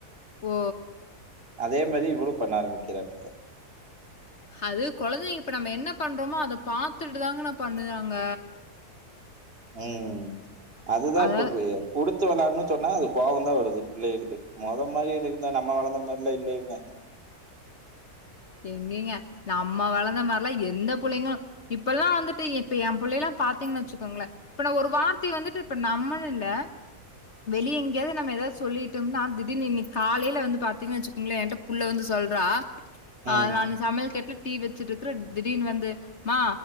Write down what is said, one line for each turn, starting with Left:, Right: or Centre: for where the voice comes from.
Left: ஓ
Right: அதே மாரி இவளு பண்ண ஆரம்பிக்றா இப்போ
Left: அது கொழந்தைங்க இப்ப நம்ம என்ன பண்றோமோ அத பாத்துட்டு தாங்கணா பண்ணுதாங்க
Right: ம் அதுதா
Left: அதாவது
Right: இப்ப குடுத்து வெளாடுனு சொன்னா அது கோவந்தா வருது பிள்ளைகளுக்கு மொதமாரி இருக்குந்த நம்ம வளந்த மாரிலா இல்ல இவுங்க
Left: எங்கிங்க நம்ம வளந்த மாரிலா எந்த புள்ளைங்களு இப்பெல்லா வந்துட்டு இப்ப ஏ புள்ளையெல்லா பாத்திங் வச்சுக்கோங்ளே இப்ப நா ஒரு வார்த்தய வந்துட்டு இப்ப நம்மன்னு இல்ல வெளிய எங்கயாது நம்ம ஏதாது சொல்லிட்டோம்னா திடீர்னு இன்னிக்கி காலைல வந்து பாத்திங்கன்னு வச்சுக்கோங்ளே என்ட்ட புள்ள வந்து சொல்றா அ
Right: ம்
Left: நானு சமையல் கட்ல டீ வச்சுட்ருக்குற திடீர்னு வந்து மா